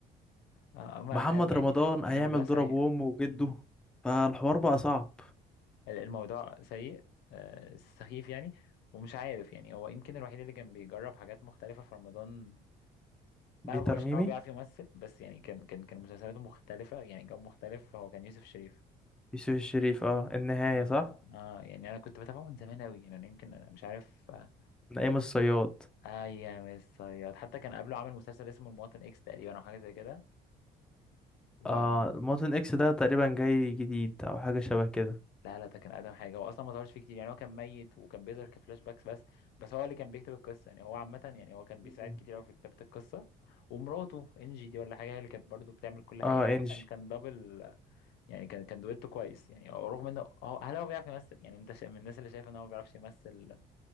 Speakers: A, on the left; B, in the centre.
A: آه، ما
B: محمد
A: يعني
B: رمضان هيعمل
A: موضوع سيء
B: ضرب وامه وجده
A: م.
B: فالحوار بقى صعب
A: ال- الموضوع سيء آه، سخيف يعني ومش عارف يعني هو يمكن الوحيد اللي كان بيجرب حاجات مختلفة في رمضان ما
B: بيتر
A: بقولش
B: ميمي
A: ان هو بيعرف يمثل بس يعني كان كان كان مسلسلاته مختلفه يعني جو مختلف هو كان يوسف شريف
B: يوسف الشريف اه النهاية
A: اه
B: صح
A: اه يعني انا كنت بتابعه من زمان قوي يعني انا يمكن أنا مش عارف آه
B: من أيام الصياد
A: آه يا مس صياد حتى كان قبله عامل مسلسل اسمه المواطن اكس تقريبا او حاجه زي كده و...
B: اه المواطن اكس ده تقريبا جاي جديد أو حاجة شبه كده
A: لا لا ده كان اقدم حاجه هو اصلا ما ظهرش فيه كتير يعني هو كان ميت وكان بيظهر كفلاش باكس بس بس هو اللي كان بيكتب القصه يعني هو عامه يعني هو كان بيساعد
B: مم.
A: كتير قوي في كتابه القصه ومراته انجي دي ولا حاجه هي اللي كانت برضه بتعمل كل حاجه
B: اه
A: يعني
B: انجي
A: هو كان كان دبل يعني كان كان دويتو كويس يعني رغم انه هو هل هو بيعرف يمثل يعني انت شا- من الناس اللي شايف ان هو ما بيعرفش يمثل